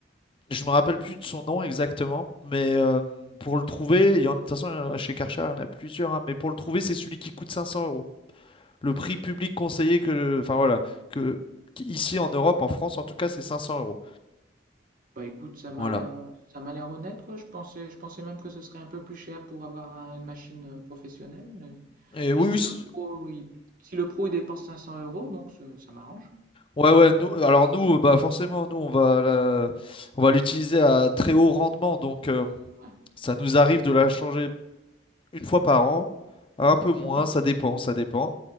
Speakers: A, on the left; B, on the right.
A: je me rappelle plus de son nom exactement, mais euh, pour le trouver, il y en, de toute façon, euh, chez Karcher, il y en a plusieurs, hein, mais pour le trouver, c'est celui qui coûte 500 euros. le prix public conseillé que, enfin voilà, que ici en Europe, en France en tout cas, c'est 500 euros.
B: Bah écoute, ça m'a
A: Voilà.
B: l'air, ça m'a l'air honnête quoi. Je pensais, je pensais même que ce serait un peu plus cher pour avoir un- une machine euh, professionnelle, mais,
A: Et oui,
B: mais si
A: oui, c'est-
B: le pro, il, si le pro il dépense 500 euros, donc ça, ça m'arrange.
A: ouais, ouais. Nous, alors nous, euh, bah forcément, nous on va la- on va l'utiliser à très haut rendement, donc euh,
B: Ouais.
A: ça nous arrive de la changer une fois par an, un peu moins,
B: Mhm,
A: ça dépend, ça dépend.